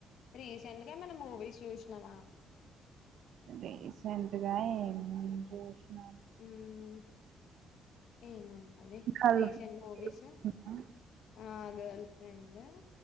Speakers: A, on the left; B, on the right.
A: రీసెంట్ గా ఏమన్న మూవీస్ చూసినావ
B: రీసెంట్గా ఏమన్న మూవీ చూసిన
A: మ్మ్ ఏమో ఇంగ అవే
B: 'గల్ఫ్'
A: రీసెంట్
B: చూసినా,
A: మూవీస్ ఆ girlfriend